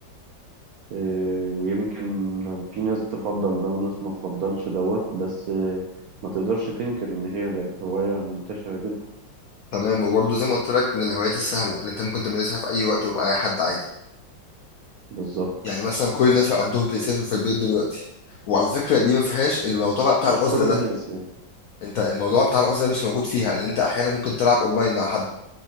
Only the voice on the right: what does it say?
إيه، ويمكن في ناس تفضل ده وناس ما تفضلش دوت بس آه، ما تقدرش تنكر إن هي بقت هواية منتشرة جدا.
بالظبط
مش
كل
الناس يعني